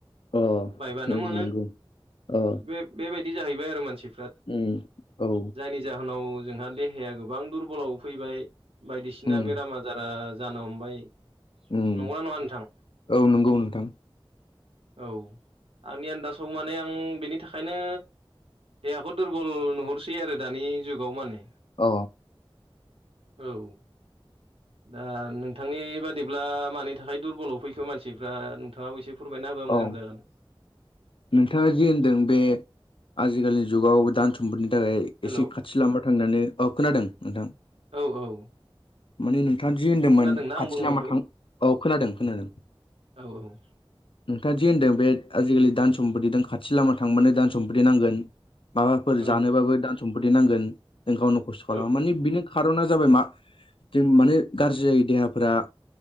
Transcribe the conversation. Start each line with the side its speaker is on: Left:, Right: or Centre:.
Left: अ
Right: बायबानो
Left: ओइ
Right: मोनो
Left: नंगौ अ
Right: बे-बेबायदि जाहैबाय आरो मानसि
Left: उम औ।
Right: जायनि जाहोनाव जोंहा देहाया गोबां दुरबलाव फैबाय बायदिसिना
Left: उम
Right: बेराम आजारा जानो हमबाय।
Left: उम
Right: नंगौना नङा नोंथां?
Left: औ नंगौ नोंथां
Right: औ आंनि आन्दाजाव माने आं बेनि थाखायनो देहाखौ दुरबल नुहरसै आरो दानि जुगाव माने।
Left: अ
Right: औ दा नोंथांनि बादिब्ला मानि थाखाय दुरबलाव फैखो मानसिफ्रा थाङाबो एसे फोरमायना होबा
Left: औ
Right: मोजां जागोन।
Left: नोंथाङा जि होनदों बे आजिखालिनि जुगाव दान सम्पतिनि थाखाय
Right: हेल'
Left: एसे खाथि लामा थांनानो औ खोनादों नोंथां
Right: औ औ।
Left: माने नोंथाङा जि होन्दोंमोन
Right: खोनादोंना आं
Left: खाथि
Right: बुंनायखौ
Left: लामा थां औ खोनादों खोनादों
Right: औ औ।
Left: नोंथाङा जि होन्दों बे आजिखालि दान सम्पतिजों खाथि लामा थांबानो धान सम्फति नांगोन। माबाफोर
Right: औ
Left: जानोबाबो दान सम्फति नांगोन जों गावनो खस्थ' खालामो
Right: औ
Left: माने बिनो खार'ना जाबाय मा जों माने गारजि जायो देहाफोरा।